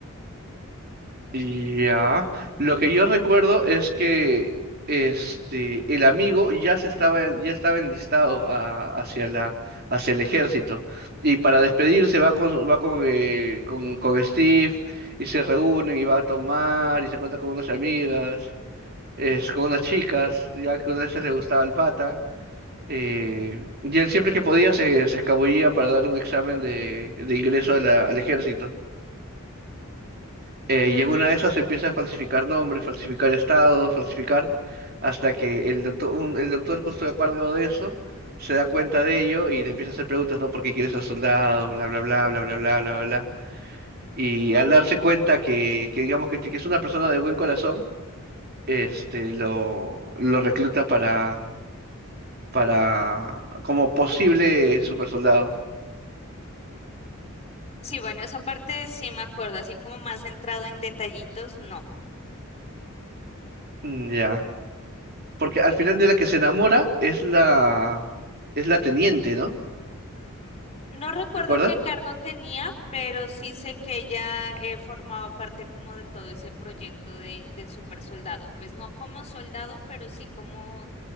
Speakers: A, on the right; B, on the left.
A: Ya, lo que yo recuerdo es que este el amigo ya se estaba ya estaba enlistado a- hacia la hacia el ejército y para despedirse va con va con, eh, con con Steve y se reúnen y va a tomar y se cuenta con unas amigas, es con unas chicas, ya que una de esas le gustaba el pata eh, y él siempre que podía se, se escabullía para dar un examen de, de ingreso a la- al ejército. Eh, y
B: Mm,
A: en una de esas empieza a falsificar nombres, falsificar estados, falsificar, hasta que el doctor, un- el doctor justo de acuerdo de eso, se da cuenta de ello y le empieza a hacer preguntas, ¿no? ¿Por qué quieres ser soldado? Bla, bla, bla, bla, bla, bla, bla, bla. Y al darse cuenta que, que digamos que, que es una persona de buen corazón, este, lo, lo recluta para, para, como posible super soldado.
B: sí, bueno, esa parte sí me acuerdo, así como más centrado en detallitos, no.
A: Mm, ya. Porque al final de la que se enamora es la, es la teniente, ¿no?
B: No recuerdo
A: ¿Recuerdas?
B: qué cargo tenía, pero sí sé que ella eh, formaba parte como de todo ese proyecto de, del super soldado. Pues no como soldado, pero sí como